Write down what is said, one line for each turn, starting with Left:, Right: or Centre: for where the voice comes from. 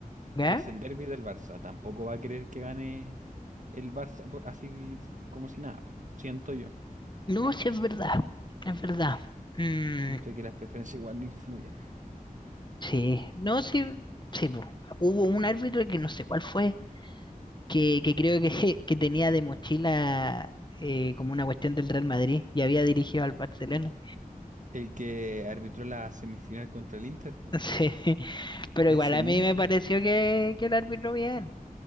Left: ¿Ya?
Right: que es el derbi del Barça, tampoco va a querer que gane el Barça po- así como si nada, po. Siento yo,
Left: No, sí es verdad, es verdad. Mm,
Right: siento que las preferencias igual influyen.
Left: sí, no, sí, sí, po. Hubo un árbitro que no sé cuál fue, que, que creo que, <laughs> que tenía de mochila eh, como una cuestión del Real Madrid y había dirigido al Barcelona.
Right: El que arbitró la semifinal contra el Inter, po.
Left: <laughs> Sí, pero
Right: Ese
Left: igual a
Right: mismo,
Left: mí me pareció
Right: pues.
Left: que, que el árbitro bien.